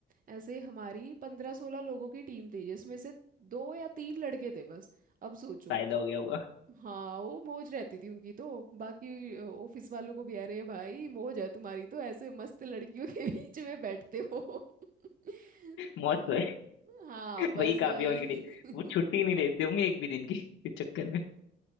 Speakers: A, on the right; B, on the left.
A: ऐसे हमारी पंद्रह सोलह लोगों की टीम थी जिसमें से दो या तीन लड़के थे बस अब सोचो
B: फायदा हो गया होगा
A: हाँ वो मौज रहती थी उनकी तो बाकी अ, ऑफिस वालों को भी अरे भाई मौज है तुम्हारी तो ऐसे मस्त लड़कियों के <laughs> बीच में बैठते हो <laughs>
B: मौज
A: तो
B: तो है
A: हाँ
B: <laughs>
A: बस
B: वही काफी
A: वही
B: है उनके लिए
A: <laughs>
B: वो छुट्टी नहीं लेते होंगे एक भी दिन की इस चक्कर में <laughs>